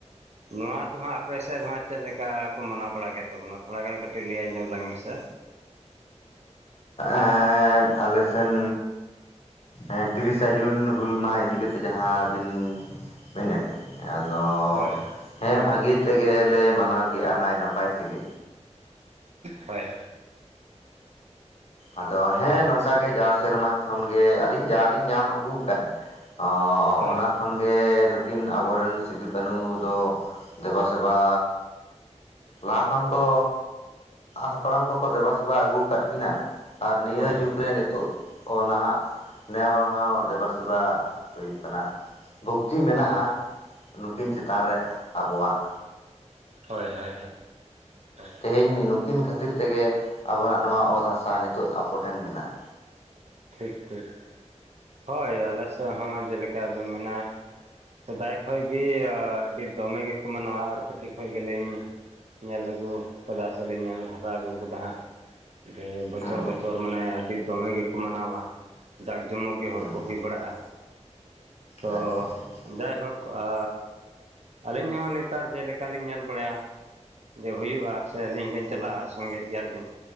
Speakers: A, on the right; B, on the left.
A: ᱱᱚᱣᱟ ᱫᱚ ᱦᱟᱸᱜ ᱟᱯᱮᱥᱮᱫ ᱫᱚ ᱦᱟᱸᱜ ᱪᱮᱫ ᱞᱮᱠᱟ ᱠᱚ ᱢᱟᱱᱟᱣ ᱵᱟᱲᱟ ᱜᱮ ᱛᱟᱵᱚᱱᱟ ᱛᱷᱚᱲᱟ ᱜᱟᱱ ᱠᱟᱹᱴᱤᱡ ᱞᱟᱹᱭ ᱟᱸᱡᱚᱢ ᱞᱟᱝ ᱢᱮᱥᱮ?
B: ᱮᱫ ᱟᱞᱮ ᱥᱮᱱ ᱮᱸ ᱛᱤᱨᱤᱥᱟ ᱡᱩᱱ ᱦᱩᱞ ᱢᱟᱦᱟ ᱤᱫᱤ ᱠᱟᱛᱮ ᱡᱟᱦᱟᱸ ᱵᱤᱱ ᱢᱮᱱᱮᱫ ᱟᱫᱚ
A: ᱦᱳᱭ
B: ᱦᱮᱸ ᱵᱷᱟᱹᱜᱮ ᱛᱮᱜᱮ ᱞᱮ ᱢᱟᱱᱟᱣ ᱠᱮᱜᱼᱟ ᱱᱟᱭᱼᱱᱟᱯᱟᱭ ᱛᱮᱜᱮ᱾
A: ᱦᱳᱭ।
B: ᱟᱫᱚ ᱦᱮᱸ
A: ᱟᱪᱪᱷᱟ
B: ᱱᱚᱝᱠᱟ ᱜᱮ ᱡᱟᱣ ᱥᱮᱨᱢᱟ ᱠᱷᱚᱱ ᱜᱮ, ᱟᱹᱞᱤᱧ ᱡᱟ ᱞᱤᱧ ᱧᱟᱢ ᱟᱹᱜᱩ ᱟᱠᱟᱫ। ᱚ
A: ᱦᱳᱭ
B: ᱚᱱᱟ ᱠᱷᱚᱱ ᱜᱮ ᱱᱩᱠᱤᱱ ᱟᱵᱚᱨᱮᱱ ᱥᱤᱫᱩ ᱠᱟᱹᱱᱩ ᱫᱚ ᱫᱮᱵᱟ ᱥᱮᱵᱟ ᱞᱟᱦᱟ ᱠᱷᱚᱱ ᱠᱚ ᱦᱟᱯᱲᱟᱢ ᱠᱚᱠᱚ ᱫᱮᱵᱟ ᱥᱮᱵᱟ ᱟᱹᱜᱩ ᱟᱠᱟᱫ ᱠᱤᱱᱟ᱾ ᱟᱨ ᱱᱤᱭᱟᱹ
A: ᱦᱳᱭ
B: ᱡᱩᱜᱽ ᱨᱮ ᱱᱤᱛᱚᱜ ᱚ ᱱᱟᱦᱟᱜ ᱱᱮ ᱦᱚᱲ ᱦᱚᱸ ᱫᱮᱵᱟ ᱥᱮᱵᱟ ᱦᱩᱭᱩᱜ ᱠᱟᱱᱟ᱾ ᱵᱷᱚᱠᱛᱤ ᱢᱮᱱᱟᱜᱼᱟ,
A: ᱦᱳᱭ
B: ᱱᱩᱠᱤᱱ ᱪᱮᱛᱟᱱ ᱨᱮ ᱟᱵᱚᱣᱟᱜ᱾
A: ᱦᱚᱭ ᱦᱳᱭ ᱦᱳᱭ᱾ ᱦᱳᱭ᱾
B: ᱛᱮᱦᱮᱧ ᱱᱩᱠᱤᱱ ᱠᱷᱟᱹᱛᱤᱨ ᱛᱮᱜᱮ, ᱟᱵᱚᱱᱟᱜ ᱱᱚᱣᱟ ᱚᱛ ᱦᱟᱥᱟ ᱱᱤᱛᱚᱜ ᱟᱯᱚᱴᱷᱮᱱ ᱢᱮᱱᱟᱜ-ᱟ।
A: ᱴᱷᱤᱠ ᱴᱷᱤᱠ᱾ ᱦᱚᱭ ᱟᱞᱮ ᱥᱮᱫ ᱦᱚᱸ ᱡᱮᱞᱮᱠᱟ ᱟᱫᱚᱢ ᱢᱮᱱᱟ ᱥᱮᱫᱟᱭ ᱠᱷᱚᱡ ᱜᱮ ᱟᱹᱰᱤ ᱫᱚᱢᱮ ᱜᱮᱠᱚ ᱢᱟᱱᱟᱣᱟ, ᱟᱨ ᱠᱟᱹᱴᱤᱡ ᱠᱷᱚᱡ ᱜᱮᱞᱤᱧ ᱧᱮᱞ ᱟᱹᱜᱩ ᱟᱠᱟᱫᱟ ᱥᱮᱞᱤᱧ ᱧᱮᱞ ᱦᱟᱨᱟ ᱟᱹᱜᱩ ᱟᱠᱟᱫᱟ ᱦᱟᱸᱜ᱾ ᱡᱮ ᱵᱚᱪᱷᱚᱨ
B: ᱦᱩᱸ
A: ᱵᱚᱪᱷᱚᱨ ᱢᱟᱱᱮ ᱟᱹᱰᱤ ᱫᱚᱢᱮ ᱜᱮᱠᱚ ᱢᱟᱱᱟᱣᱟ᱾ ᱡᱟᱠ ᱡᱚᱢᱚᱠ ᱜᱮ ᱦᱚᱲ
B: ᱦᱩᱸ
A: ᱠᱚ ᱦᱩᱭ ᱵᱟᱲᱟᱜᱼᱟ᱾ ᱛᱚ
B: ᱟᱪᱪᱷᱟ ᱟᱪᱪᱷᱟ ᱟᱪᱪᱷᱟ
A: ᱡᱟᱭᱦᱳᱠ᱾ ᱠᱚ-ᱟ᱾ ᱟᱞᱤᱧ ᱦᱚᱸ ᱱᱮᱛᱟᱨ ᱡᱮᱞᱮᱠᱟ ᱞᱤᱧ ᱧᱮᱞ ᱵᱟᱲᱟᱭᱟ ᱡᱮ ᱦᱩᱭᱩᱜ-ᱟ ᱥᱮ ᱟᱹᱞᱤᱧ ᱦᱚᱞᱤᱧ ᱪᱟᱞᱟᱜ-ᱟ ᱥᱚᱝᱜᱮ ᱜᱮᱭᱟ ᱞᱤᱧ᱾